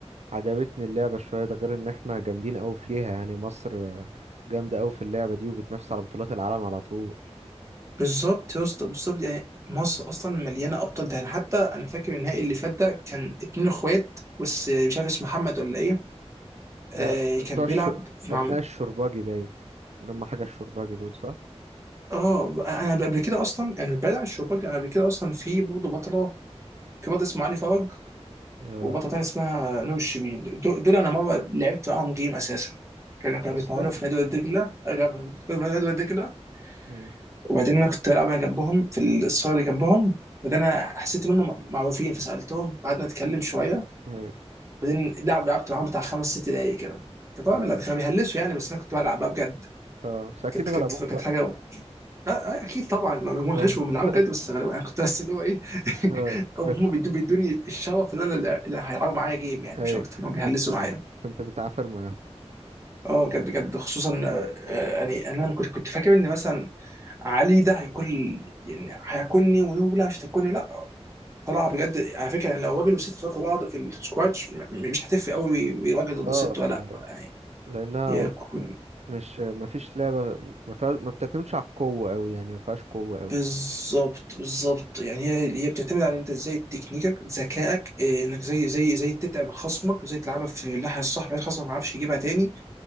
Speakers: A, on the right; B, on the right.
A: عجبتني اللعبة شوية ده غير ان احنا جامدين اوي فيها يعني مصر آه، جامدة اوي في اللعبة دي وبتنافس على بطولات العالم على طول
B: بالظبط يا اسطى بالظبط يعني مصر اصلا مليانه ابطال ده يعني حتى انا فاكر النهائي اللي فات ده كان اتنين اخوات بس مش عارف اسمه محمد ولا ايه
A: اه
B: آه
A: بتوع
B: كان بيلعب
A: الش...
B: مع
A: ابناء
B: من-
A: الشرباجي باين اللي هم حاجة الشرباجي دول صح؟
B: اه انا قبل كده اصلا يعني بعيد عن الشباك انا قبل كده اصلا في برضه بطله في بطل اسمه علي فرج
A: اه
B: وبطله تانية اسمها نور الشربيني دول دول انا مره لعبت معاهم جيم اساسا كانوا كانوا
A: اصلا
B: بيتمرنوا في نادي وادي دجله آه، كانوا بيتمرنوا في نادي وادي دجله
A: امم
B: وبعدين انا كنت بلعب انا جنبهم في الصاله اللي جنبهم وبعدين انا حسيت ان هم معروفين فسالتهم قعدنا نتكلم شويه
A: ايوه
B: وبعدين لعب لعبت معاهم بتاع خمس ست دقايق كده كانت طبعا
A: اه
B: لا كانوا بيهلسوا يعني بس انا كنت بلعب بقى بجد
A: اه بس اكيد
B: كانت
A: غلبوك
B: كانت كانت
A: بقى
B: حاجه آه، آه، اكيد طبعا لو هم
A: اه
B: كانوا
A: <laughs>
B: بيلعبوا بجد بس غالبا انا كنت بس اللي هو ايه <laughs>
A: اه
B: أو
A: بتح...
B: هم بيدو- بيدوني الشرف اللي انا اللي هيلعبوا معايا جيم يعني
A: ايوه
B: مش اكتر كانوا بيهلسوا
A: بت...
B: معايا
A: كنت بتعافر معاهم
B: اه بجد بجد خصوصا آه، آه، يعني انا كنت كنت فاكر ان مثلا علي ده هيكون يعني هياكلني ونوبه لا مش هتاكلني لا طلع بجد على فكره يعني لو راجل وست فاكوا بعض في السكواتش م- م- مش هتفرق قوي راجل ضد
A: اه
B: ست ولا
A: لا-
B: لا يعني
A: لانها
B: هي كل
A: مش مفيش لعبة ما فيها ما بتعتمدش على القوة اوي يعني ما فيهاش قوة اوي
B: بالظبط بالظبط يعني هي هي بتعتمد على انت ازاي تكنيكك ذكائك إيه، انك زي زي زي تتعب خصمك زي تلعبها في الناحيه الصح بحيث خصمك ما يعرفش يجيبها تاني